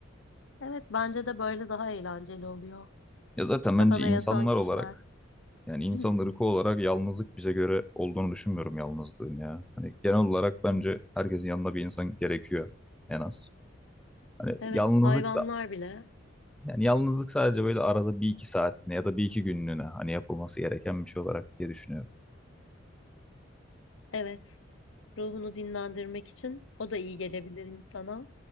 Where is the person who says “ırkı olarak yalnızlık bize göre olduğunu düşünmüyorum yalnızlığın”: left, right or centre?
Centre